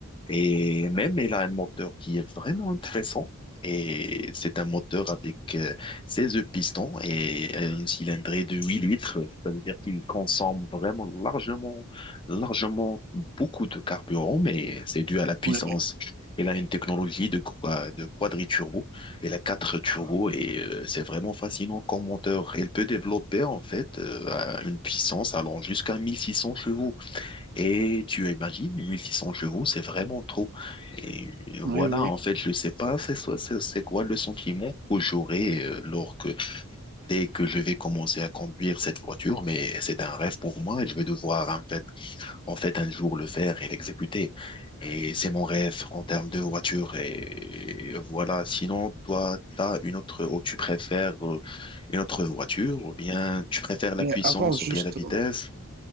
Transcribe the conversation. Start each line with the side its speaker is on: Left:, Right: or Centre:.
Left: Et même, elle a un moteur qui est vraiment intéressant. Et c'est un moteur avec euh, 16 pistons et euh, une cylindrée de 8 litres. Ça veut dire qu'il consomme vraiment largement, largement beaucoup de carburant, mais c'est dû à la puissance.
Right: oui, oui,
Left: Elle a une technologie de, qua- de quadriturbo. Elle a quatre turbos et euh, c'est vraiment fascinant comme moteur. Elle peut développer, en fait, euh, à une puissance allant jusqu'à 1600 chevaux. Et tu imagines, 1600 chevaux, c'est vraiment trop. Et voilà,
Right: oui, oui. oui.
Left: en fait, je sais pas, c'est so- c'est c'est quoi le sentiment que j'aurai euh, lors que, dès que je vais commencer à conduire cette voiture, mais c'est un rêve pour moi et je vais devoir, en fait, en fait, un jour le faire et l'exécuter. Et c'est mon rêve en termes de voiture. Et, et voilà, sinon, toi, t'as une autre, ou tu préfères euh, une autre voiture, ou bien tu préfères la
Right: Mais
Left: puissance,
Right: avant juste,
Left: ou bien la vitesse.
Right: euh,